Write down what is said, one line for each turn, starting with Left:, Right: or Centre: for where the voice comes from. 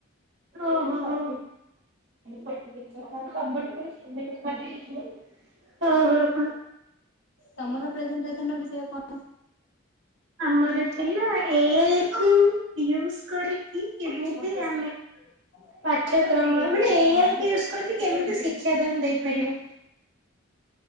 Right: ଓ ହୋ ହଉ। <unintelligible> ହଁ ହଁ ହଁ।
Left: ତମର ପ୍ରେଜେଣ୍ଟେଟେସନ ର ବିଷୟ କ
Right: ଆମର ଥିଲା ଏଇ କୁ ୟୁଜ କରିକି କେମିତି ଆ
Left: <inaudible>
Right: ପାଠ୍ୟକ୍ରମ ମାନେ ଏଇ କୁ ୟୁଜ କରିକି କେମତି ଶିକ୍ଷା ଦାନ ଦେଇପାରିବ?